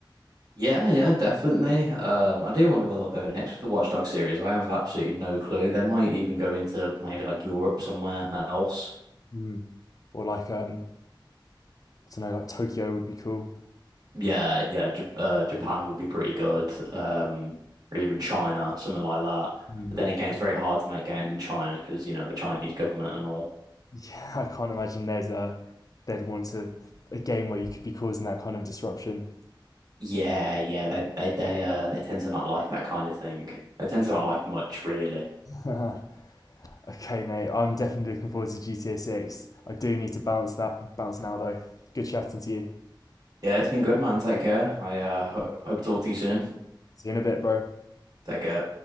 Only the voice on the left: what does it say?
Mm. Or like um, I don't know, like Tokyo would be cool.
Mm,
Like,
yeah, I can't imagine there's a they'd want a, a game where you could be causing that kind of disruption.
<laughs> okay, mate, I'm definitely looking forward to GTA Six. I do need to bounce that bounce now though. Good chatting to you.
See you in a bit, bro.